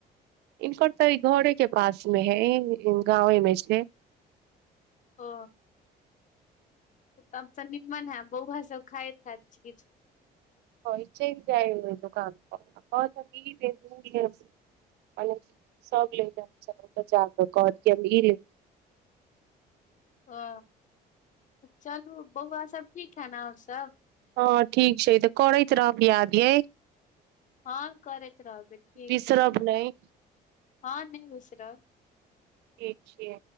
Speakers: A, on the right (about 75°); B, on the left (about 50°).
A: इनकर त ई घरेके पासमे हइ। <unintelligible> उम्म गाँवेमे छै।
B: ओ। तब त निम्मन हए, बौआसब खाइत हएत चीज?
A: ह, ई चैल जाइ हइ ओइ दोकानपर आ कहत हम ई लेब ऊ लेब <unintelligible> सब लै ल <unintelligible> कहत हम ई लेब।
B: ओ चलू बौआ सब ठीक है न आओर सब
A: हँ ठीक छै ई तऽ करैत रहब याद यै
B: हँ करैत रहबै ठीक
A: बिसरब
B: है
A: नहि
B: हँ नहि बिसरब
A: ठीक छियै